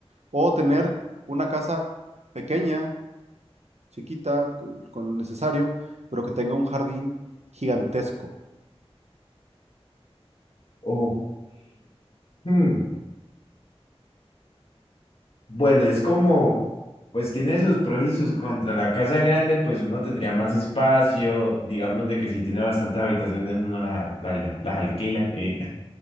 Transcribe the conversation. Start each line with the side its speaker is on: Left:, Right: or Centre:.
Right: O tener una casa pequeña, chiquita, c- con lo necesario, pero que tenga un jardín gigantesco.
Left: Ok. Hmm, Bueno, es como, pues tiene sus pros y sus contras. La casa grande, pues uno tendría más espacio. Digamos de que si tiene bastantes habitaciones, uno la- la- la- las alquila. eh,